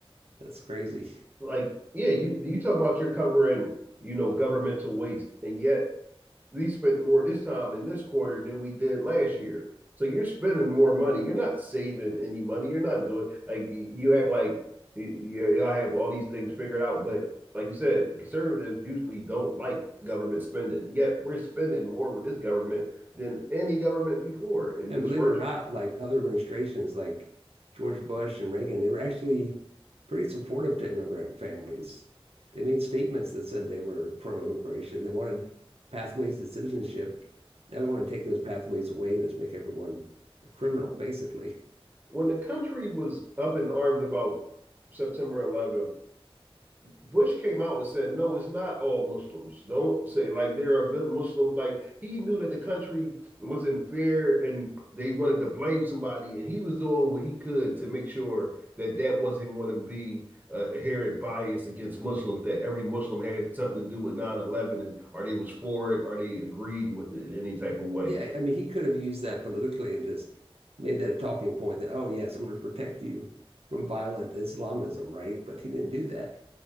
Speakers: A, on the right; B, on the right.
A: That's crazy.
B: like yeah, you you talk about you're covering you know governmental waste, and yet we spent more this time in this quarter than we did last year. So you're spending more money. You're not saving any money. You're not doing like you act like y- y'all have all these things figured out, but like you said, conservatives usually don't like government spending. Yet we're spending more with this government than any government before. In
A: And
B: this
A: believe
B: first,
A: it or not, like other administrations, like George Bush and Reagan, they were actually pretty supportive to immigrant families. They made statements that said they were pro-immigration. They wanted pathways to citizenship. Now we want to take those pathways away and just make everyone a criminal, basically.
B: when the country was up in arms about September 11th, Bush came out and said, no, it's not all Muslims. Don't say like there are good Muslims. Like he knew that the country was in fear and they wanted to blame somebody. And he was doing what he could to make sure that that wasn't going to be uh, inherent bias against Muslims, that every Muslim had something to do with nine eleven, and or they was for it or they agreed with it in any type of way.
A: Yeah, I mean, he could have used that politically and just made that a talking point that, oh, yes, I'm going to protect you from violent Islamism, right? But he didn't do that.